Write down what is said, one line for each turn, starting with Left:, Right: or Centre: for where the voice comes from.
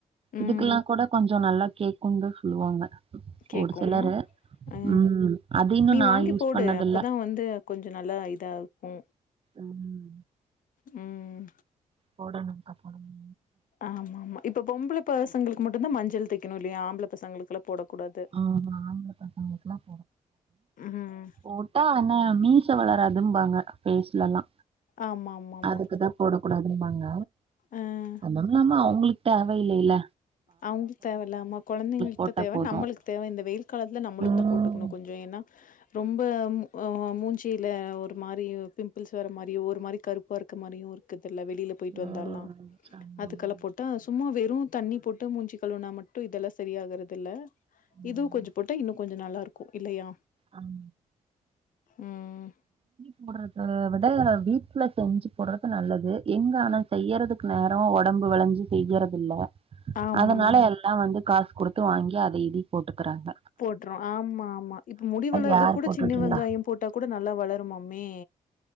Left: ம்
Right: இதுக்கெல்லா கூட கொஞ்சொ நல்லா கேக்குனு தா சொல்லுவாங்க
Left: கேக்கூ
Right: ஒரு சிலரு
Left: அ
Right: உம் அது இன்னும்
Left: நீ
Right: நான்
Left: வாங்கி
Right: யூஸ்
Left: போடு
Right: பண்ணதில்ல
Left: அப்பதா வந்து கொஞ்ச நல்லா இதா இருக்கு
Right: உம்
Left: ம் ம்
Right: போடணுங்க்கா பணமு
Left: ஆமா ஆமா இப்ப பொம்புள பசங்களுக்கு மட்டுந்தா மஞ்சள் தேக்கணு இல்லையா ஆம்பள பசங்களுக்குல்லா போடக் கூடாது
Right: ஆ, ஆம்பளை பசங்களுக்குலாம்
Left: ம்
Right: போட்டா ஆனா மீச வளராது இதும் பாங்க பேஸ்லல்லா
Left: ஆமா ஆமா ஆமா
Right: அதுக்குதா போடக்கூடாது பாங்க
Left: அ
Right: அதுவும் இல்லாம அவுங்களுக்கு தேவையில்லைல்ல
Left: அவுங்களுக்கு தேவ இல்லாம கொழந்தைங்கள்ட்ட
Right: போட்டா
Left: தேவ
Right: போதும்
Left: நம்மளுக்கு தேவ இந்த வெயில் காலத்துல நம்மளுக்கு
Right: உம்
Left: தா போட்டுக்கணு கொஞ்ச ஏன்னா ரொம்ப அ மூஞ்சியில ஒரு மாரி பிம்பிள்ஸ் வர மாரியோ ஒரு மாரி கருப் பாருக்க மாரியு இருக்குதுல்ல வெளியில பொயிட்டு
Right: உம்
Left: வந்தால்லா
Right: ஆமா,
Left: அதுக்கெல்லா
Right: ஆமா.
Left: போட்டா சும்மா வெறு தண்ணி போட்டு ட்டு மூஞ்சிக் கழுவினா மட்டு இதெல்லா சரி ஆகுறதில்ல
Right: உம்,
Left: இதுவு கொஞ்ச போட்டா இன்னும் கொஞ்ச நல்லா இருக்கு இல்லையா
Right: அம்
Left: ம்
Right: போட்றத விட வீட்ல செஞ்சு போட்றது நல்லது எங்க ஆனா செய்யறதுக் க்கு நேரோ ஒடம்பு வளஞ்சு செய்யுறதில்ல
Left: ஆமா
Right: அதுனால எல்லா வந்து காசு குடுத்து வாங்கி அத இதியு போட்டுக்குறாங்க
Left: போட்றோ ஆமா ஆமா இப்ப முடி வளர்து
Right: யார்
Left: கூட
Right: போட்டுட்டு
Left: சின்ன
Right: இருந்தா
Left: வெங்காயம் போட்டா கூட நல்லா வளரும்மாமே